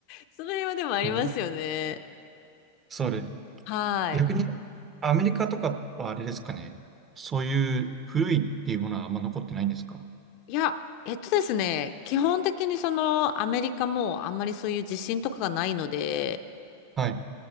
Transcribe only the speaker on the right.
思いそうです。
逆に、アメリカとかはあれですかね。そういう古いっていうものはあんま残ってないんですか
はい。